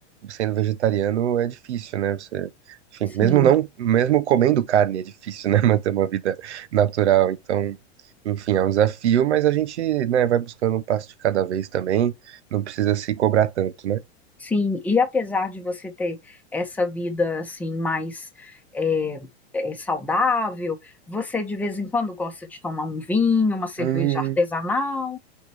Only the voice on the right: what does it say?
sendo vegetariano é difícil, né? Você, enfim,
mesmo não, mesmo comendo carne é difícil, né? <laughs> Manter uma vida natural. Então, enfim, é um desafio, mas a gente, né, vai buscando um passo de cada vez também. Não precisa se cobrar tanto, né?
Hum,